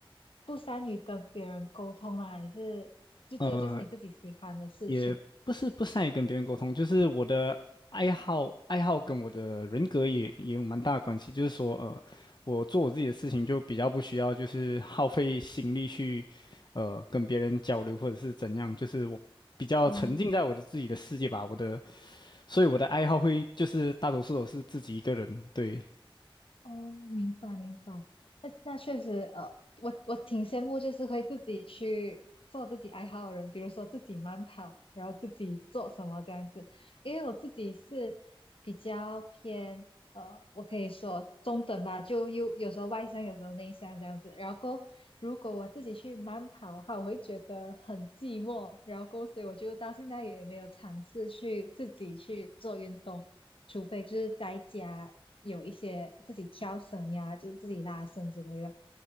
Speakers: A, on the left (about 70°); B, on the left (about 50°).
A: 不善于跟别人沟通吗？还是就这个就是你自己喜欢的事情？
B: 呃。也不是不善于跟别人沟通，就是我的爱好，爱好跟我的人格也也有蛮大的关系。就是说，呃，我做我自己的事情就比较不需要，就是耗费心力去，呃，跟别人交流或者是怎样。就是我比较沉浸在我的自己的世界吧，
A: 嗯
B: 我的，所以我的爱好会就是大多数都是自己一个人。对，
A: 哦，明白明白，那那确实，呃，我我挺羡慕，就是会自己去做自己爱好的人，比如说自己慢跑，然后自己做什么这样子。因为我自己是比较偏，呃，我可以说中等吧，就又有时候外向，有时候内向这样子。然后过后如果我自己去慢跑的话，我会觉得很寂寞，然后过后所以我就到现在也没有尝试去自己去做运动。除非就是在家有一些自己挑绳呀，就是自己拉绳之类的。